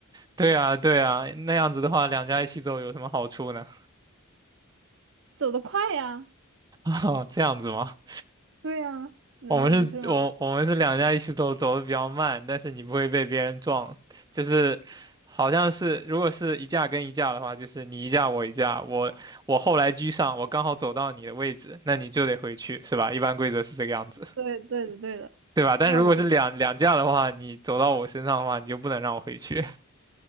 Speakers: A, on the right; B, on the right.
A: 对啊，对啊，那样子的话，两家一起走有什么好处呢？
B: 走得快呀，
A: <laughs> 啊，这样子吗？
B: 对呀，难道不是吗？
A: 我们是，我我们是两家一起走，走的比较慢，但是你不会被别人撞，就是好像是如果是一架跟一架的话，就是你一架我一架，我我后来居上，我刚好走到你的位置，那你就得回去，是吧？一般规则是这个样子，
B: 对对的对的，
A: 对吧？但如果是两两架的话，
B: 那我就
A: 你走到我身上的话，你就不能让我回去。